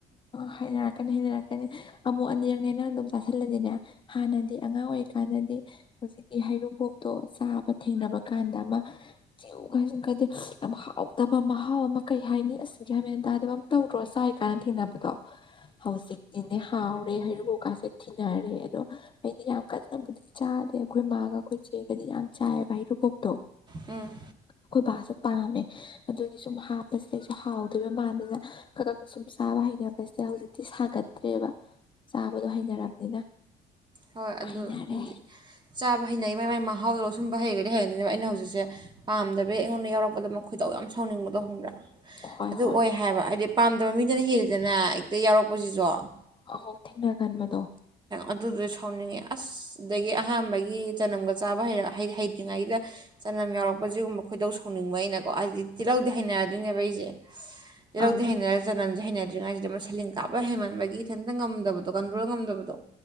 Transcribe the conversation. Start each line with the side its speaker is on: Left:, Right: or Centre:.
Left: ꯑ ꯍꯥꯏꯅꯔꯛꯀꯅꯤ ꯍꯥꯏꯅꯔꯛꯀꯅꯤ ꯑꯃꯨꯛ ꯑꯅꯤꯔꯛꯅꯦ ꯅꯪ ꯑꯗꯨꯝ ꯆꯥꯥꯁꯜꯂꯗꯤꯅꯦ ꯍꯥꯟꯅꯗꯤ ꯑꯉꯥꯡ ꯑꯣꯏꯔꯤꯀꯥꯟꯗꯗꯤ ꯍꯧꯖꯤꯛꯀꯤ ꯍꯩꯔꯨꯕꯣꯛꯇꯣ ꯆꯥꯕ ꯊꯦꯡꯅꯕ ꯀꯥꯟꯗ ꯑꯃ ꯆ꯭ꯌꯨ ꯒꯥꯏ ꯆꯤꯡꯈꯠꯇꯦ ꯌꯝ ꯍꯥꯎꯇꯕ ꯃꯍꯥꯎ ꯑꯃ ꯀꯩ ꯍꯥꯏꯅꯤ ꯑꯁ ꯒꯌ꯭ꯥꯟ ꯃꯦꯟ ꯇꯥꯗꯕ ꯑꯃ ꯇꯧꯗ꯭ꯔꯣ ꯆꯥꯏ ꯀꯥꯟꯅ ꯊꯦꯡꯅꯕꯗꯣ ꯍꯧꯖꯤꯛ ꯇꯤꯅꯦ ꯍꯥꯎꯔꯦ ꯍꯩꯔꯨꯕꯣꯞ ꯀꯥꯁꯦ ꯊꯤꯅꯔꯦ ꯑꯗꯣ ꯑꯩꯗꯤ ꯌꯥꯝ ꯀꯟꯅꯕꯨꯗꯤ ꯆꯥꯗꯦ ꯑꯈꯣꯏ ꯃꯥꯒ ꯑꯈꯣꯏ ꯆꯦꯒꯗꯤ ꯌꯥꯝ ꯆꯥꯏꯌꯦꯕ ꯍꯩꯔꯨꯕꯣꯛꯇꯣ
Right: ꯎꯝ
Left: ꯑꯩꯈꯣꯏ ꯕꯥꯁꯨ ꯄꯥꯝꯃꯦ ꯑꯗꯨꯒꯤ ꯁꯨꯝ ꯍꯥꯞꯄꯁꯤꯗ ꯑꯩꯁꯨ ꯍꯥꯎꯗꯣꯏꯕ ꯃꯥꯟꯗꯅ ꯈ ꯈ ꯁꯨꯨꯝ ꯁꯥꯕ ꯍꯩꯅ ꯁꯦ ꯍꯧꯖꯤꯛꯇꯤ ꯁꯥꯒꯠꯇ꯭ꯔꯦꯕ ꯆꯥꯕꯗꯣ ꯍꯩꯅꯔꯕꯅꯤꯅ
Right: ꯍꯣꯏ ꯑꯗꯨꯗꯤ
Left: ꯍꯩꯅꯔꯦ
Right: ꯆꯥꯕ ꯍꯩꯅꯩ ꯃꯥꯏ ꯃꯥꯏ ꯃꯍꯥꯎꯗꯣ ꯂꯧꯁꯤꯟꯕ ꯍꯩꯒꯔꯗꯤ ꯍꯩꯒꯔꯅꯦꯕ ꯑꯩꯅ ꯍꯧꯖꯤꯛꯁꯦ ꯄꯥꯝꯗꯕꯒꯤ ꯑꯩꯉꯣꯟꯗ ꯌꯥꯎꯔꯛꯄꯗ ꯃꯈꯣꯏ ꯈꯣꯏꯗꯧ ꯌꯥꯝ ꯁꯥꯎꯅꯤꯡꯕꯗꯣ ꯈꯪꯕ꯭ꯔꯥ
Left: ꯍꯣꯏ
Right: ꯑꯗꯨ
Left: ꯍꯣꯏ
Right: ꯑꯣꯏ ꯍꯥꯏꯕ ꯍꯥꯏꯗꯤ ꯄꯥꯝꯗꯕ ꯃꯤꯗꯅ ꯍꯦꯜꯂꯤꯗꯅ ꯍꯦꯛꯇ ꯌꯥꯎꯔꯛꯄꯁꯤꯁꯨ
Left: ꯑꯣꯍꯣ ꯊꯦꯡꯅꯒꯟꯕꯗꯣ
Right: ꯑꯗꯨꯗꯨꯁꯨ ꯁꯥꯎꯅꯤꯡꯉꯦ ꯑꯁ ꯑꯗꯒꯤ ꯑꯍꯥꯟꯕꯒꯤ ꯆꯥꯅꯝꯒ ꯆꯥꯕ ꯍꯩꯔ ꯍꯩꯇ꯭ꯔꯤꯉꯩꯗ ꯆꯥꯅꯝ ꯌꯥꯎꯔꯛꯄꯁꯤꯗ ꯈꯣꯏꯗꯧ ꯁꯥꯎꯅꯤꯡꯕ ꯑꯩꯅ ꯀꯣ ꯍꯥꯏꯗꯤ ꯇꯤꯜꯍꯧꯗꯤ ꯍꯩꯅꯗꯣꯏꯅꯦꯕ ꯑꯩꯁꯦ ꯇꯜꯍꯧꯗꯤ
Left: ꯑꯪ
Right: ꯍꯩꯅꯔꯒ ꯆꯥꯅꯝꯁꯦ ꯍꯩꯅꯗ꯭ꯔꯤꯉꯥꯏꯁꯤꯗ ꯃꯁꯜꯂꯤ ꯀꯥꯞꯄ ꯍꯦꯟꯃꯥꯟꯕꯒꯤ ꯢꯊꯥꯟꯇ ꯉꯝꯗꯕꯗꯣ ꯀꯥꯟꯇ꯭ꯔꯣꯟ ꯉꯝꯗꯕꯗꯣ